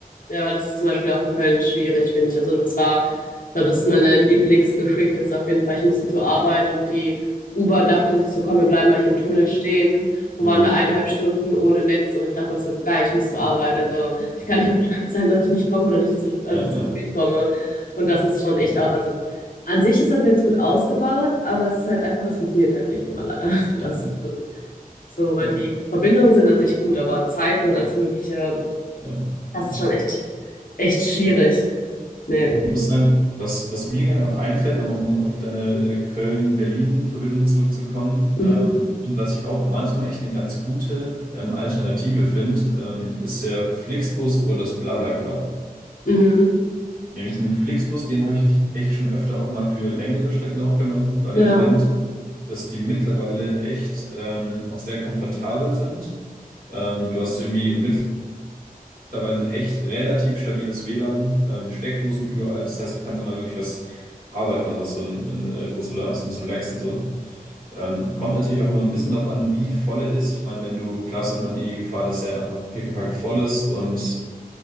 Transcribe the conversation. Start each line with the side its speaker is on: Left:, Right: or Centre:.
Left: Ja, aber das ist zum Beispiel auch in Köln schwierig, finde ich. Also das war, ich glaube, das ist meine Lieblingsgeschichte, ist auf jeden Fall, ich musste zur Arbeit und die Uber dachte sich so, komm, wir bleiben mal hier im Tunnel stehen und
Right: Mhm.
Left: waren da eineinhalb Stunden ohne Netz und ich dachte mir so, geil, ich muss zur Arbeit. Also ich
Right: Mhm.
Left: kann nicht <laughs> bescheid sein, dass ich nicht komme oder nicht zu, also
Right: Ja,
Left: zu
Right: ja,
Left: spät komme. Und das ist schon echt
Right: ja,
Left: auch, also an sich ist das Netz gut ausgebaut, aber es ist halt einfach, es funktioniert halt nicht immer leider. <laughs> Und
Right: ja,
Left: Das ist so, weil
Right: ja,
Left: die Verbindungen sind an sich gut, aber Zeiten und alles Mögliche,
Right: ja,
Left: das
Right: genau.
Left: ist schon echt, echt schwierig. Nee.
Right: Ich muss sagen, was, was mir gerade noch einfällt, nochmal um auf deine äh, Köln-Berlin-Verbindung zurückzukommen,
Left: Mhm.
Right: ähm, ich find, was ich auch manchmal echt eine ganz gute ähm, Alternative finde, ähm, ist der Flixbus oder das BlaBlaCar.
Left: Mhm.
Right: Nämlich den Flixbus, den habe ich echt schon öfter auch mal für längere Strecken aufgenommen, weil
Left: Ja.
Right: ich finde, dass die mittlerweile echt ähm, auch sehr komfortabel sind. Ähm, du hast irgendwie mittlerweile ein echt relativ stabiles WLAN, ähm, Steckdosen überall. Das heißt, du kannst auch mal wirklich was arbeiten oder so im, im äh, Bus oder abends ein bisschen relaxen. So. Ähm, kommt natürlich auch immer ein bisschen darauf an, wie voll er ist. Ich meine, wenn du, klar ist immer die Gefahr, dass der einfach pickepacke voll ist und